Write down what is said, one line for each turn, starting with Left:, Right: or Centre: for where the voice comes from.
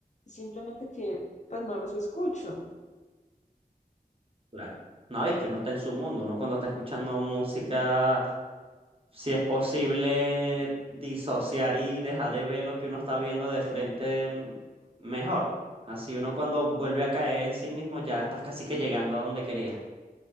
Left: simplemente que pues no los escucho.
Right: Claro. No, es que uno está en su mundo, uno cuando está escuchando música. si es posible disociar y dejar de ver lo que uno está viendo de frente en- mejor. Así uno cuando vuelve a caer en sí mismo ya estás casi que llegando a donde querías.